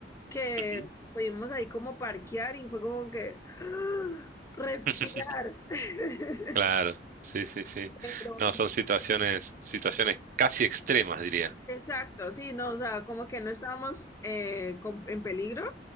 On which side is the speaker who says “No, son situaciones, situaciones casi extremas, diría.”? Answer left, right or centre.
Right